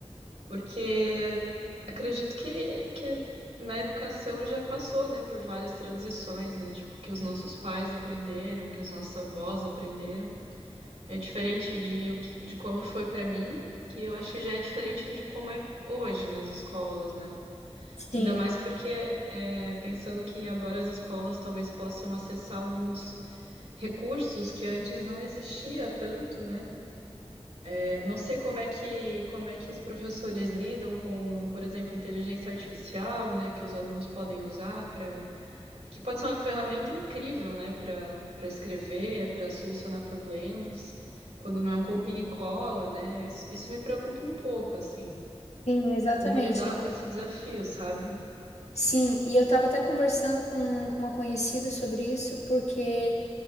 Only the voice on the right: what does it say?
porque acredito que, que na educação já passou, né, por várias transições, né, tipo, que os nossos pais aprenderam, que os nossos avós aprenderam. É diferente de, o que- de como foi pra mim, que eu acho que já é diferente de como é hoje nas escolas, né?
Ainda mais porque é, pensando que agora as escolas talvez possam acessar alguns recursos que antes não existia tanto, né? É, não sei como é que como é que os professores lidam com, por exemplo, inteligência artificial, né, que os alunos podem usar para que pode ser uma ferramenta incrível, né, para para escrever, para solucionar problemas, quando não é um copia e cola, né? Isso, isso me preocupa um pouco, assim,
como lidar com esse desafio, sabe?